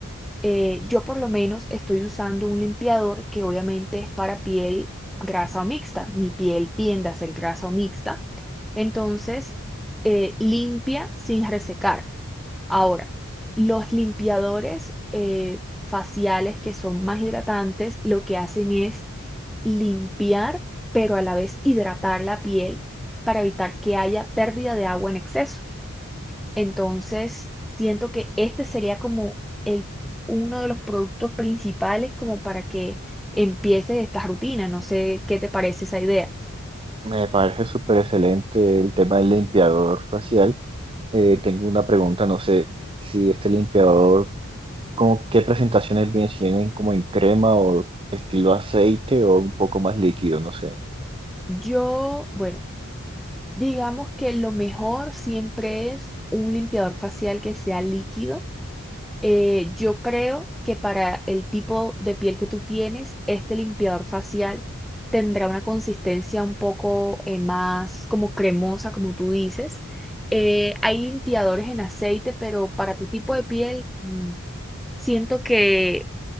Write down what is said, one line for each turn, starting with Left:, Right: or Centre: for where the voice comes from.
Centre: Eh, yo por lo menos estoy usando un limpiador que obviamente es para piel grasa o mixta. Mi piel tiende a ser grasa o mixta. Entonces, eh, limpia sin resecar. Ahora, los limpiadores eh, faciales que son más hidratantes, lo que hacen es limpiar, pero a la vez hidratar la piel para evitar que haya pérdida de agua en exceso. Entonces, siento que este sería como el, uno de los productos principales como para que empieces esta rutina. No sé qué te parece esa idea.
Right: Me parece súper excelente el tema del limpiador facial. Eh, tengo una pregunta, no sé si este limpiador ¿Cómo qué presentaciones si vienen como en crema o estilo aceite o un poco más líquido, no sé.
Centre: Yo, bueno, digamos que lo mejor siempre es un limpiador facial que sea líquido Eh, yo creo que para el tipo de piel que tú tienes, este limpiador facial tendrá una consistencia un poco eh, más como cremosa, como tú dices. Eh, hay limpiadores en aceite, pero para tu tipo de piel, mm, siento que